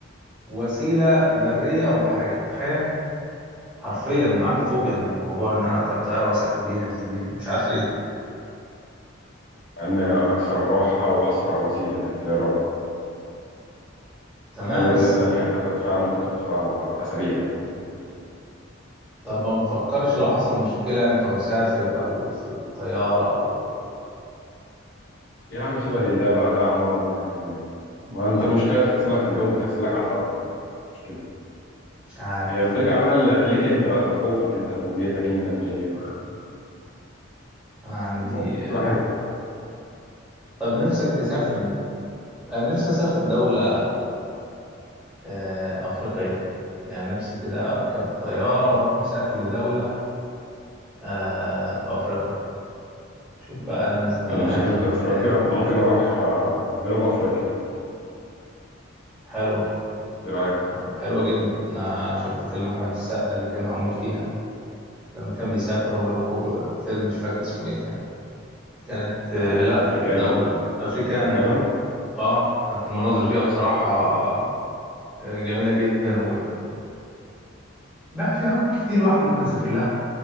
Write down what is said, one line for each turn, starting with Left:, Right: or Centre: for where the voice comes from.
Centre: وسيله بريه او بحريه تخيل حرفيا انا عندي فوبيا من موضوع ان انا اركب طياره واسافر بيها دي مش عارف ليه
Left: إن أكثر راحة وأسرع وسيلة هي الطيران
Centre: تمام
Left: أي وسيلة
Centre: بس
Left: تانية هتاخد فيها ممكن تاخد فيها أسابيع عشان توصل.
Centre: طب ما بتفكرش لو حصل مشكله انت ومسافر او في الطياره او
Left: يا عم سيبها لله بقى ده أعمار بقى هنعمل إيه ما
Centre: <laughs>
Left: أنت المشكلة تحصل لك في الجو ممكن تحصل لك على الأرض يعني ده مش مشكلة
Centre: مش عارف
Left: هي بترجع بقى ل- ليك انت بقى خوفك انت فوبيتك انت من ايه يعني
Centre: انا عندي
Left: خوف كل واحد
Centre: طب نفسك تسافر د- نفسي اسافر دوله آه، افريقيه يعني نفسي كده اركب طياره واروح مسافر لدوله آه في أفريقيا شوف بقى الناس دي
Left: لو
Centre: عايشة
Left: سافرت افريقيا
Centre: إزاي
Left: ممكن اروح آه، جنوب افريقيا
Centre: حلوة
Left: ايه رايك
Centre: حلوة جدا أنا شفت فيلم أحمد السقا اللي كان معمول فيها لما كان بيسافر ويروحوا فيلم مش فاكر اسمه إيه كان كانت
Left: آه،
Centre: آه لأ
Left: افريكانو
Centre: دولة أفريكانو
Left: افريكانو
Centre: آه كانت المناظر
Left: مم.
Centre: فيها بصراحة آه جميلة جدا و... لا في أماكن كتير الواحد ممكن يسافر لها